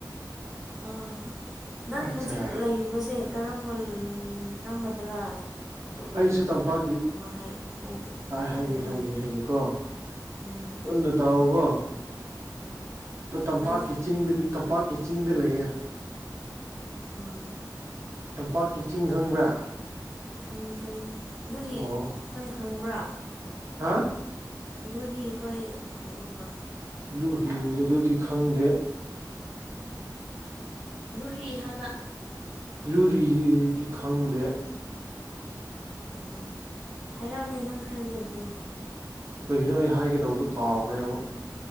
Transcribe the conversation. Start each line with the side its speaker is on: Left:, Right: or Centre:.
Centre: ꯑ ꯅꯪ
Right: ꯑꯠꯆꯥ
Centre: ꯍꯧꯖꯤꯛ ꯂꯩꯔꯤꯕꯁꯦ ꯀꯔꯝꯕ ꯀꯔꯝꯕꯗ꯭ꯔꯥ
Right: ꯑꯩꯁꯦ ꯇꯝꯄꯥꯛꯀꯤ
Centre: ꯍꯥꯏꯔꯛꯑꯣꯅꯦ
Right: ꯍꯥꯏꯒꯦ ꯍꯥꯏꯒꯦ ꯍꯥꯏꯒꯦꯀꯣ
Centre: ꯎꯝ
Right: ꯄꯨꯟꯅ ꯇꯒꯣ ꯇꯝꯄꯥꯛꯀꯤ
Centre: ꯇꯥꯏ
Right: ꯆꯤꯡ ꯇꯝꯄꯥꯛꯀꯤ ꯆꯤꯡꯗ ꯂꯩꯌꯦꯦ
Centre: ꯑꯥ
Right: ꯇꯝꯄꯥꯛꯀꯤ ꯆꯤꯡ ꯈꯪꯕ꯭ꯔꯥ
Centre: ꯈꯪꯉꯤ ꯈꯪꯉꯤ ꯂꯨꯔꯤ
Right: ꯑꯣ
Centre: ꯑꯩꯈꯣꯏ ꯍꯪꯕ꯭ꯔꯥ
Right: ꯍꯥ
Centre: ꯂꯨꯔꯤ ꯍꯈꯣꯏ ꯈꯪꯕ
Right: ꯂꯨꯍꯤ ꯑꯗꯨꯗꯤ ꯈꯪꯗꯦ
Centre: ꯂꯨꯔꯤ ꯍꯥꯏꯕ
Right: ꯂꯨꯔꯤꯗꯤ ꯈꯪꯗꯦ
Centre: ꯑꯣ ꯍꯥꯏꯔꯛꯑꯅꯦ ꯅꯪ ꯍꯥꯏꯒꯗꯕꯗꯣ
Right: ꯀꯔꯤꯅꯣ ꯑꯩ ꯍꯥꯏꯒꯦ ꯇꯧꯕꯗꯣ ꯀꯥꯎꯈ꯭ꯔꯦ ꯑꯃꯨꯛ